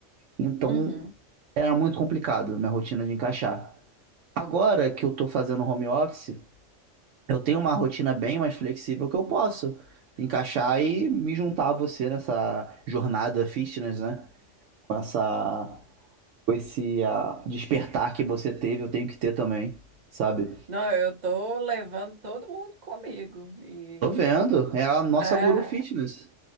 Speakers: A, on the right; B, on the right.
A: Então
B: uhum.
A: era muito complicado minha rotina de encaixar. Agora que eu tô fazendo home office, eu tenho uma rotina bem mais flexível que eu posso encaixar e me juntar a você nessa jornada fitness, né? Com essa, com esse ah, despertar que você teve, eu tenho que ter também, sabe?
B: Não, eu tô levando todo mundo comigo e
A: Tô vendo, é a nossa
B: é,
A: guru fitness,